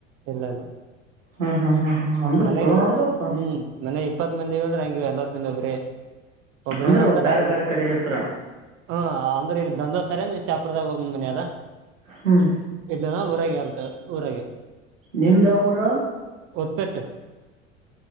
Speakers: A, on the right; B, on the right.
A: ಇಲ್ಲ ಇಲ್ಲ
B: ಹ್ಞೂ ಹ್ಞೂ ಹ್ಞೂ ಹ್ಞೂ ಅಂದ್ರೆ
A: ಮನೆ
B: ಚಲೋ
A: ಇ
B: ನೋಡ್ದಪ್ಪ
A: ಹ್ಮ್ ಮನೆ ಇಪ್ಪತ್ ಮಂದಿಂದ್ರೆ ಹಂಗೆ ನಿ ಒಬ್ರ ಒಬ್ರೇ
B: ಅಂದ್ರೆ
A: ನಂತರ
B: ಬೇರೆ
A: ಅವು
B: ಬೇರೆ ಕಡೆಗೆ ಇರ್ತಾರಣ್ಣ
A: ಹ ಅಂದ್ರ ಇ ಒಂದ್ ಸರಿ ಇ ಚಾಪ್ರದಾಗ <unintelligible> ಒ್ ಮನಿ ಅದ
B: ಹ್ಞೂ
A: ಇದ್ದಾನ ಊರಾಗ ಅಂತ್ ಊರಗೆ
B: ನಿಮ್ದ್ ಯಾವುರು
A: <unintelligible> ಒಪೆಟ್ಟ